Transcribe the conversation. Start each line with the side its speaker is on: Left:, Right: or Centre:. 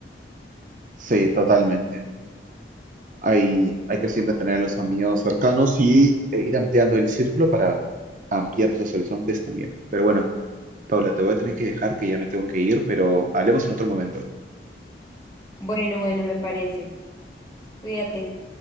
Right: Sí, totalmente. Hay, hay que siempre tener a los amigos cercanos y e ir ampliando el círculo para ampliar los horizontes también. Pero bueno, Paula, te voy a tener que dejar que ya me tengo que ir, pero hablemos en otro momento.
Left: Bueno, bueno, me parece. Cuídate.